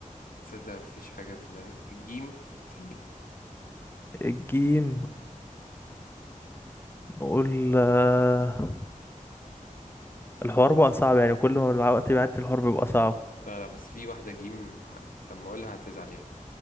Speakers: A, on the left; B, on the left.
A: تصدق مفيش حاجة في دماغي الجيم تاني
B: الجيم نقول آه، الحوار بقى صعب يعني كل ما الوقت بيعدي الحوار بيبقى صعب
A: لا لا بس في واحدة جيم هت... لما اقولها هتزعل